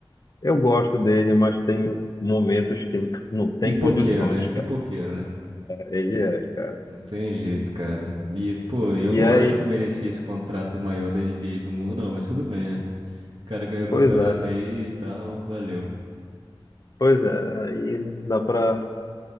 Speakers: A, on the left; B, on the right.
A: eu gosto dele, mas tem momentos que n- não tem
B: Pipoqueiro,
A: condições,
B: né? Pipoqueiro,
A: cara.
B: né?
A: Ele é, cara.
B: Não tem jeito, cara. E, pô, eu
A: E
B: não
A: aí,
B: acho que merecia esse contrato maior da NBA do mundo, não, mas tudo bem, né? O cara ganhou o campeonato
A: pois é,
B: aí e tal, valeu.
A: pois é, aí não dá para